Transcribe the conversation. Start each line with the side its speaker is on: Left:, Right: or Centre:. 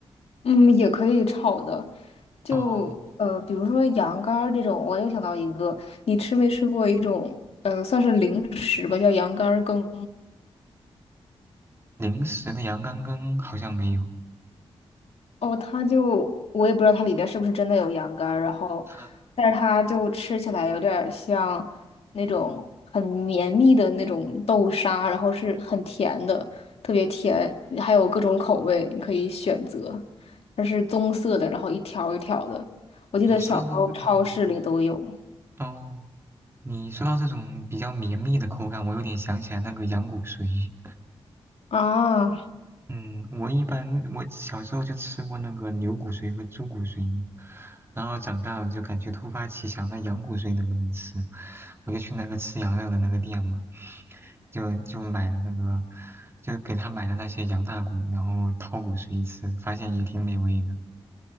Left: 嗯，也可以炒的，就呃，
Right: 哦，
Left: 比如说羊肝儿这种，我又想到一个，你吃没吃过一种，呃，算是零食吧，叫羊肝儿羹。
Right: 零食的羊肝羹好像没有。
Left: 哦，它就我也不知道它里边是不是真的有羊肝儿，然后，
Right: 啊
Left: 但是它就吃起来有点儿像那种很绵密的那种豆沙，然后是很甜的，特别甜，还有各种口味你可以选择，它是棕色的，然后一条儿一条儿的，我记得小时候超市里都有。
Right: 你说到这个，哦哦，你说到这种比较绵密的口感，我有点想起来那个羊骨髓。
Left: 啊
Right: 嗯，我一般我小时候就吃过那个牛骨髓和猪骨髓嘛，然后长大了就感觉突发奇想，那羊骨髓能不能吃？我就去那个吃羊肉的那个店嘛，就就买了那个，就给他买了那些羊大骨，然后掏骨髓吃，发现也挺美味的。